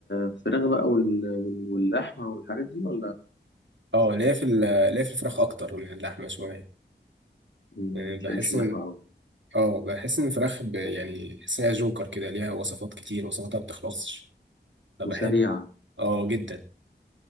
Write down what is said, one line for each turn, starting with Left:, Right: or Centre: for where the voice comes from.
Left: الفراخ بقى وال- وال- واللحمة والحاجات دي ولا
Right: اه ليا في ال- ليا في الفراخ أكتر من اللحمة شوية
Left: ما
Right: يعني
Left: بتحبش
Right: بحس
Left: اللحمة
Right: إن
Left: أوي
Right: اه بحس إن الفراخ ب... يعني بحس إن هي جوكر كده ليها وصفات كتير وصفاتها ما بتخلصش فبحب
Left: وسريعة
Right: اه جدا